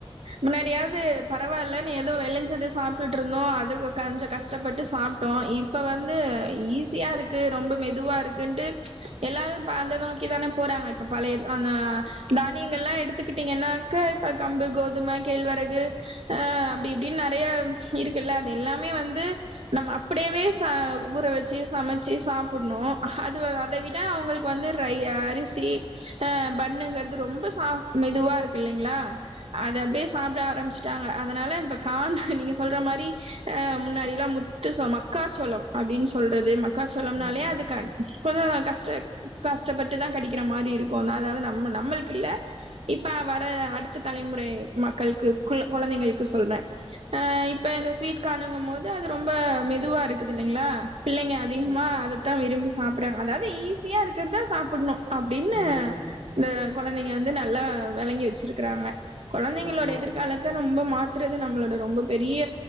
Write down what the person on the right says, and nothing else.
முன்னாடியாவது பரவால்லன்னு ஏதோ வெளஞ்சத சாப்புட்டுட்டு இருந்தோ அது கஞ்சோ கஷ்டப்பட்டு சாப்டோ இப்ப வந்து ஈஸியா இருக் கு ரொம்ப மெதுவா இருக்குன்ட்டு எல்லாரு அந்த இத நோக்கி தான போறாங்க இப்ப பழைய அந்த தானியங்கள் எல்லா எடுத்துக்கிட்டீங்கன்னாக்க இப்ப கம்பு கோதும கேழ்வரகு அப்டி இப்டின் நறைய இருக்குல்ல அது எல்லாமே வந்து நம்ம அப்படியவே ச ஊற வெச்சு சமச் சு சாப்புண்ணு அது அத விட அவங்களுக்கு வந்து ரை அரிசி அ பண்ணுங்குறது ரொம்ப சாப் மெதுவா இருக்கு இல்லைங்களா அத அப்டியே சாப்ட ஆரம்பிச்சுட்டாங்க அதனால இப்ப கான் நீங்க சொல்ற மாரி அ முன்னாடியெல்லா முத்துசோம்மா மக்காச்சோளம் அப்டின் சொல்றது மக் மக்காச்சோளம்னாலே
அது கன் இப்ப தா கஷ்ட கஷ்டப்பட்டுதா கடிக்கிற மாரி இருக்கு அதாவது நம்ம நம்மளுக்கு இல்ல இப்ப வர அடுத்த தலைமுறை மக்கள்க்கு கொழந்தைங்களுக்கு சொல்ற அ இப்ப இந்த ஸ்வீட் கானுங்கும் போது அது ரொம்ப மெதுவா இருக்குது இல்லைங்களா பிள்ளைங்க அது மா அதத்தா விரும்பி சாப்டுறாங்க அதாவது ஈஸியா இருக்குறதா சாப்டுன்னு அப்டின்னு
இந்த கொழந்தைங்க வந்து நல்லா வெளங்கி வெச்சுருக்குறாங்க கொழந்தைங்களோட
எதிர்காலத்த ரொம்ப மாத்துறது நம்மளோட ரொம்ப பெரிய